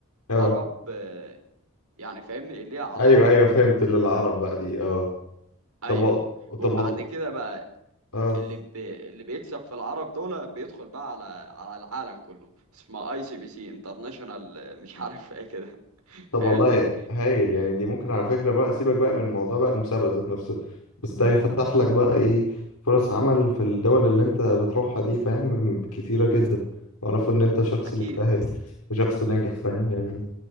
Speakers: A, on the left (about 90°); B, on the right (about 85°).
A: اه
B: عرب آه، يعني فاهمني اللي هي على
A: ايوه
B: العرب
A: ايوه
B: بقى
A: فهمت اللي العرب
B: تمام
A: بقى دي اه
B: ايوه
A: طب وال...
B: وبعد
A: طب وال...
B: كده بقى
A: اه
B: اللي بي... اللي بيكسب في العرب دول بيدخل بقى على على العالم كله اسمها اي سي بي سي انترناشونال مش عارف ايه كده <laughs>
A: طب
B: فاهمني
A: والله هايل يعني دي ممكن على فكرة بقى سيبك بقى من موضوع بقى المسابقة ذات نفسه بس ده هيفتح لك بقى ايه فرص عمل في الدول اللي انت بتروحها دي فاهم كتيرة جدا واعرف ان انت شخص
B: اكيد
A: مجتهد وشخص ناجح فاهم يعني